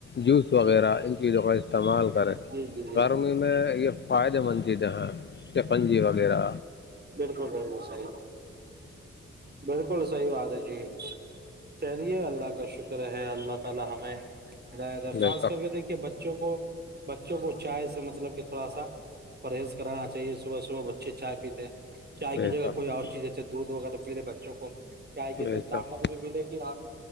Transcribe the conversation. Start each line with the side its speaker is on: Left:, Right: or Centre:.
Left: جوس وغیرہ ان چیزوں کا استعمال کریں
Right: جی جی جی
Left: گرمی
Right: جی
Left: میں یہ فائدے مند چیزیں ہیں چکنجی وغیرہ
Right: بالکل بالکل صحیح بالکل صحی بات ہے جی چلیے اللہ کا شکر ہے اللہ تعالی ہمیں ر خاص
Left: بے شک
Right: کر کے دیکھی کہ بچوں کو بچوں کو چائے سے مطلب کہ تھوڑا سا پرہیز کرانا چاہیے صبح صبح بچے چائے پیتے چائے
Left: بے
Right: کی جگہ
Left: شک
Right: کوئی اور چیز ہےسے دودھ وغیرہ پی لے بچوں کو چائے کی
Left: بے
Right: تو طاقت
Left: شک
Right: ملے گی آ